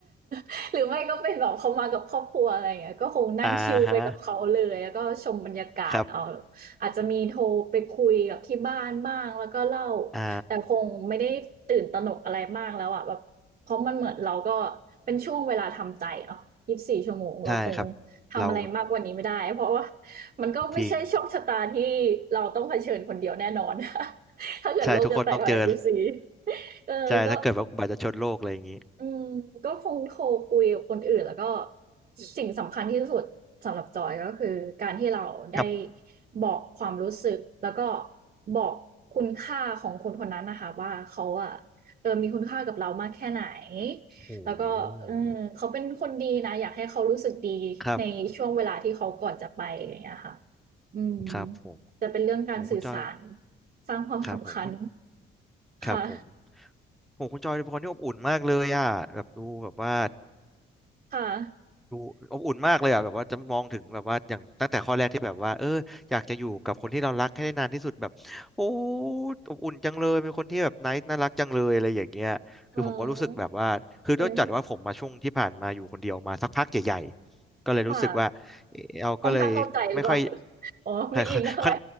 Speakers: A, on the right; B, in the centre.
A: <laughs> หรือไม่ก็เป็นแบบเขามากับครอบครัวอะไรอย่างเงี้ยก็คงนั่งชิลไปกับเขาเลยแล้วก็ชมบรรยากาศเอา
B: อ่าฮะครับ
A: อาจจะมีโทรไปคุยกับที่บ้านบ้างแล้วก็เล่า
B: อ่า
A: แต่คงไม่ได้ตื่นตระหนกอะไรมากแล้วอะแบบเพราะมันเหมือนเราก็เป็นช่วงเวลาทำใจเนาะยี่สิบสี่ชั่วโมงเราคง
B: ใช่ครับ
A: ทำอะไรมากกว่านี้ไม่ได้เพราะว่า
B: เรา
A: มันก็ไม่ใช่โชคชะตาที่เราต้องเผชิญคนเดียวแน่นอน
B: จริง
A: <laughs> ถ้าเกิดโลกจะแตกภายในยุคสบสี่
B: ใช่ทุกคนต้องเจอ
A: เออก็
B: ใช่ถ้าเกิดว่าอุบัติเหตุชนโลกอะไรอย่างนี้
A: อืมก็คงโทรคุยกับคนอื่นแล้วก็สิ่งสำคัญที่สุดสำหรับจอยก็คือการที่เราได้
B: ครับ
A: บอกความรู้สึกแล้วก็บอกคุณค่าของคนคนนั้นนะคะว่าเขาอะเออมีคุณค่ากับเรามากแค่ไหน
B: โอ้โห
A: แล้วก็เออเขาเป็นคนดีนะอยากให้เขารู้สึกดีในช่วงเวลาที่เขาก่อนจะไปอย่างเงี้ยค่ะ
B: ครับ
A: อืม
B: ครับผม
A: จะเป็นเรื่องการสื่อสาร
B: โอ้คุณจอย
A: สร้างความสำคัญ
B: ครับผมคุณ
A: ค่ะ
B: ครับผมโอ้คุณจอยเป็นคนที่อบอุ่นมากเลยอ่ะแบบดูแบบว่า
A: ค่ะ
B: ดูอบอุ่นมากเลยอ่ะแบบว่าจะมองถึงแบบว่าอย่างตั้งแต่ข้อแรกที่แบบว่าเอออยากจะอยู่กับคนที่เรารักให้ได้นานที่สุดแบบโอ้อบอุ่นจังเลยเป็นคนที่แบบไนท์น่ารักจังเลยอะไรอย่างเงี้ยคือผมก็รู้สึกแบบว่าคือด้วยจัดว่าผมมาช่วงที่ผ่านมาอยู่คนเดียวมาสักพักใหญ่ๆก็เลยรู้สึกว่าเออเราก็เลยไม่ค่อย
A: <laughs> เออ ค่ะค่อนข้างเข้าใจหรือเปล่า <laughs> อ๋อไม่อินเท่าไหร่
B: <laughs> ค่อน